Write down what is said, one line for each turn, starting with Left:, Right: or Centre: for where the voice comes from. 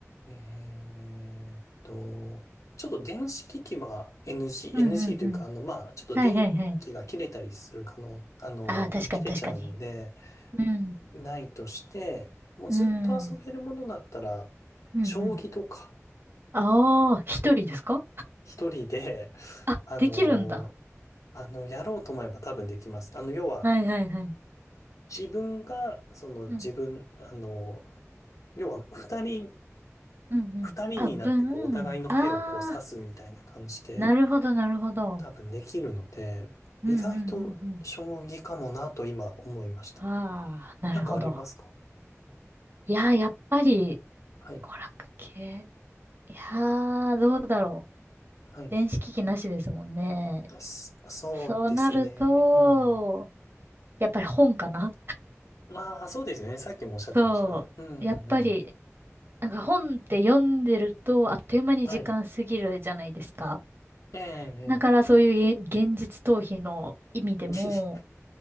Left: えーっと、ちょっと電子機器は NG、
Right: うんうんうん。
Left: NG というか、あの、まあ、ちょっと電気が切れたりする可能、
Right: はいはいはい。
Left: あの、
Right: ああ、確かに確かに。
Left: 切れちゃうので、
Right: うん。
Left: ないとして、もうずっと遊べるものだったら、
Right: うん。うんうん。
Left: 将棋とか、
Right: ああ、一人ですか
Left: 一人で、
Right: あ、
Left: あの、
Right: できるんだ。
Left: あの、やろうと思えば多分できます。あの、要は、
Right: はいはいはい。
Left: 自分が、その、
Right: うん。
Left: 自分、あの、要は、二人、
Right: うんうん。
Left: 二人になって、
Right: あ、分。
Left: こう、お互いの手をこう、
Right: ああ、
Left: 指すみたいな感じで、
Right: なるほどなるほど。
Left: 多分できるので、
Right: うんうんうんうん。
Left: 意外と将棋かもなと今思いました。
Right: ああ、なるほど。
Left: なんかありますか
Right: いやー、やっぱり、
Left: はい。
Right: 娯楽系。いやー、どうだろう。
Left: はい。
Right: 電子機器なしですもんね。
Left: そそうですね。
Right: そうなると、
Left: うん。
Right: やっぱり本かな
Left: ああ、そうですね。さっきもおっしゃってましたね。
Right: そう。
Left: うんうんうん。
Right: やっぱり、なんか本って読んでると、あっという間に時間過ぎるじゃないですか。
Left: はい。ええ
Right: だからそういうげ現実逃避の意味でも、
Left: ええ。<laughs>